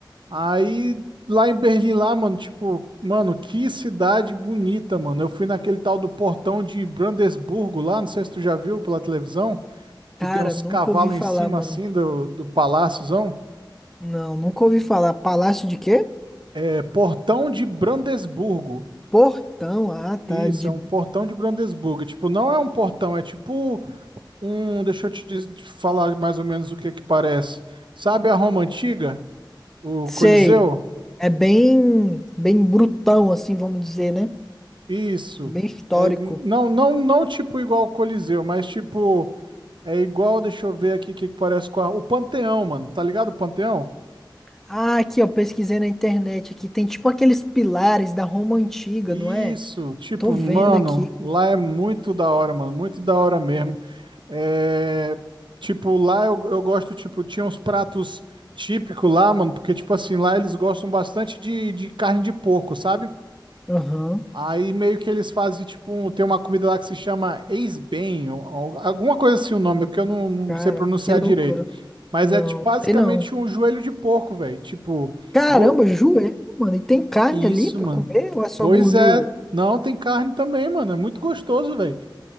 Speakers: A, on the right; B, in the centre.
A: Aí lá em Berlim, lá, mano, tipo, mano, que cidade bonita, mano. Eu fui naquele tal do portão de Brandesburgo lá, não sei se tu já viu pela televisão, que
B: Cara,
A: tem uns
B: nunca
A: cavalos
B: ouvi falar,
A: em cima
B: mano.
A: assim do, do paláciozão.
B: Não, nunca ouvi falar. Palácio de quê?
A: É portão de Brandesburgo.
B: Portão, ah, tá,
A: Isso,
B: de,
A: é um portão de Brandesburgo. Tipo, não é um portão, é tipo um. Deixa eu te diz- te falar mais ou menos o que que parece. Sabe a Roma Antiga? O
B: sei,
A: Coliseu?
B: é bem, bem brutão, assim, vamos dizer, né?
A: Isso.
B: Bem histórico.
A: É, não, não, não tipo igual o Coliseu, mas tipo, é igual, deixa eu ver aqui o que que parece com a- o Panteão, mano. Tá ligado o Panteão?
B: Ah, aqui, ó, pesquisei na internet aqui, tem tipo aqueles pilares da Roma Antiga,
A: Isso,
B: não é?
A: tipo,
B: Tô vendo
A: mano,
B: aqui.
A: lá é muito da hora, mano, muito da hora mesmo. É, tipo, lá eu, eu gosto, tipo, tinha uns pratos típicos lá, mano, porque, tipo assim, lá eles gostam bastante de, de carne de porco, sabe?
B: Aham,
A: Aí meio que eles fazem, tipo, um- tem uma comida lá que se chama ex-bem, ou- ou alguma coisa assim o nome, porque eu não, não
B: cara,
A: sei pronunciar
B: que loucura.
A: direito. Mas
B: Não,
A: é tipo, basicamente
B: sei não.
A: um joelho de porco, velho. Tipo,
B: Caramba,
A: go-
B: joelho, mano, e tem carne
A: isso,
B: ali pra
A: mano.
B: comer ou é só
A: Pois
B: gordura?
A: é, não, tem carne também, mano. É muito gostoso, velho.